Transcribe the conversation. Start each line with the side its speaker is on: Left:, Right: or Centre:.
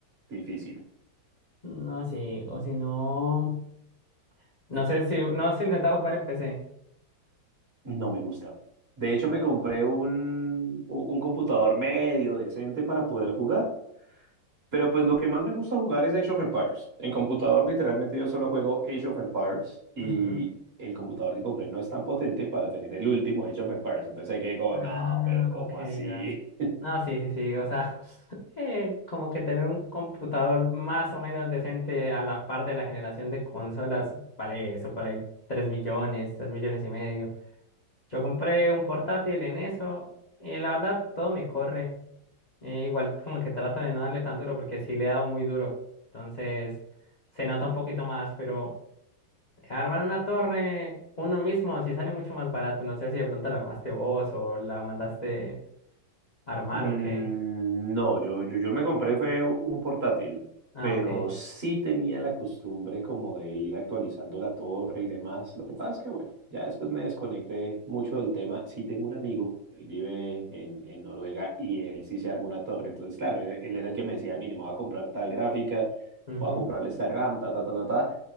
Right: difícil,
Left: No, sí, o si no, no sé si, no has intentado jugar en PC.
Right: no me gusta. De hecho, me compré un, un un computador medio decente para poder jugar Pero pues lo que más me gusta jugar es Age of Empires. En computador literalmente yo solo juego Age of Empires y
Left: Ujú.
Right: el computador que compré no es tan potente para tener el último Age of Empires. Entonces hay que como,
Left: Ah,
Right: no, pero ¿cómo
Left: ok,
Right: así?
Left: dale. No, sí, sí, sí, o sea, <laughs> eh, como que tener un computador más o menos decente a la par de la generación de consolas, vale eso por ahí, 3 millones, 3 millones y medio. Yo compré un portátil en eso y la verdad todo me corre. Eh, igual como que trato de no darle tan duro porque sí le he dado muy duro, entonces se nota un poquito más, pero armar una torre uno mismo sí sale mucho más barato. No sé si de pronto la armaste vos o la mandaste ¿Armar
Right: Mm,
Left: o qué?
Right: No, yo, yo, yo me compré fue un portátil,
Left: Ah,
Right: pero
Left: ok.
Right: sí tenía la costumbre como de ir actualizando la torre y demás. Lo que pasa es que, bueno, ya después me desconecté mucho del tema. Sí tengo un amigo, él vive en, en Noruega y él sí se armó una torre. Entonces, claro, él, él era el que me decía, mire, me voy a comprar tal gráfica,
Left: Ujú.
Right: voy a comprarle esta RAM, ta, ta, ta, ta, ta.